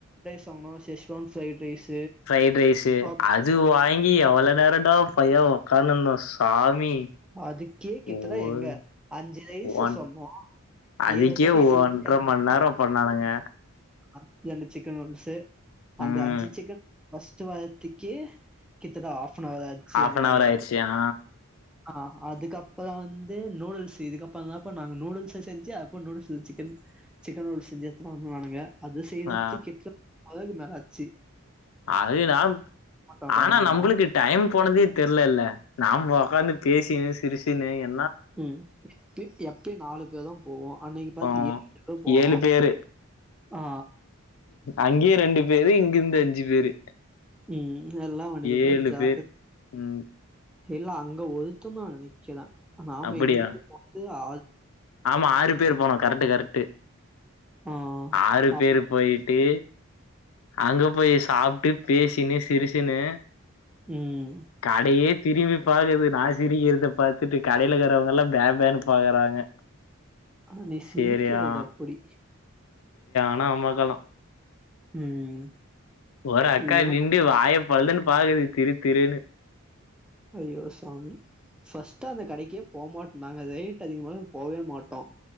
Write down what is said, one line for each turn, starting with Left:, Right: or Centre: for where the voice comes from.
Centre: தோணோவிசேஷேம் ப்ரைட் ரைஸ் <unintelligible>
Left: பிரைட் ரைஸ்சு
Centre: அப்
Left: அது வாங்கி க்கி எவ்ளோ நேரண்டா பைய உக்கானந்தம் சாமி
Centre: அதுக்கே கிட்ட
Left: ஓய்
Centre: எங்க அஞ்சு ரைஸ்
Left: ஒன்
Centre: சொன்னோம்
Left: அதுக்கே
Centre: ஏழு பேத்துக்கு செச்சு
Left: ஒன்ற மண் நேரோ பண்ணானுங்க
Centre: அ ரெண்டு சிக்கன் நூடுல்சு அந்த
Left: ம்
Centre: அஞ்சு சிக்கன் பஸ்ட வாரத்துக்கு கித்தன ஆப் னதாச்சு
Left: ஹாஃப்
Centre: அந்த
Left: அன்
Centre: கடையில
Left: அவர் ஆயிடுச்சு ஆ
Centre: ஆஹ் அதுக்கப் இப்போ தான் வந்து நூடுல்ஸ் இதுக்கப்புறம்ந்தான் இப்போ நாங்கள் நூடுல்ஸ் செஞ்சு அப்போ நூடுல்ஸில் சிக்கன் சிக்கன் நூடுல்ஸ் செஞ்சு எடுத் நானுங்க அது செய்யறதுக்கு
Left: ஆ
Centre: கிட்டலப் அதுக்கு மேலாச்சு
Left: அது நா
Centre: உக்காந்துருந்தோ
Left: ஆனா நம்மளுக்கு டைம் போனதே தெர்ல்லல்ல நாம <unintelligible> பிஸினு எப்
Centre: உம் எப்பயு நாலு பேர் தா போவோ அன்னைக்கு பாத்து
Left: பாவோ
Centre: ஏலு எட்டு பேரு போனோ
Left: ஏழு பேரு
Centre: ஆ
Left: அங்கயே ரெண்டு பேரு இங்கிந்து அஞ்சு பேரு
Centre: ம் எல்லா வண்டில போயிடுச்சா
Left: ஏழு பேர் ம்
Centre: இல்ல அங்க ஒருத்த தா நினைக்கத நாம
Left: அப்படியா
Centre: இங்கிருந்து போறது ஆ
Left: ஆமா ஆறு பே பேரு போனோ கரெட்டு கரெட்டு
Centre: ஆ
Left: ஆறு
Centre: ஆ
Left: பேரு போயிட்டு அங்க போய் சாப் பேசின்னு சிரிச்சினு
Centre: ம்
Left: கடையே திரும்பி பாக்குது நா சிரிக்கிற பாத்துட்டு கடையில இருக்கிறவங்கள்ளா பே பேன்னு பாக்குறாங்க
Centre: ஆ நீ சிரிக்கிறது
Left: சரியா
Centre: அப்படி
Left: செரியான அமக்கலோ
Centre: ம்
Left: ஒரு அக்கா
Centre: இவ
Left: திண்டு வாய பல்லுன்னு பாக்குது திரு திருன்னு
Centre: ஐயோ சாமி ஃபர்ஸ்ட்டா அந்த கடைக்கே போமாட்டோ நாங்க ரேட் அதிகமா இருக்குனு போவே மாட்டோம்